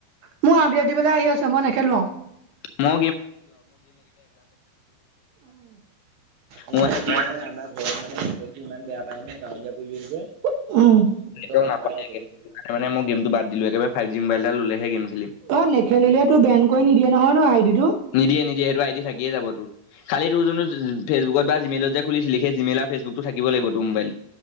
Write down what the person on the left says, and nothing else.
ম।
মোৰ মানে কি
নেটৱৰ্ক
নাপায়গে
মই গেমটো বাদ দিলো একেবাৰে ফাইভ জি মোবাইল এটা ল'লেহে গেম খেলিম
নিদিয়ে নিদিয়ে সেইটো আই ডি থাকিয়ে যাব তোৰ খালি তোৰ যোনটো ফেচবুকত বা জিমেইলত যে খুলি জি মেইল আৰু ফেচুকতো থাকিব লাগিবটো মোবাইল।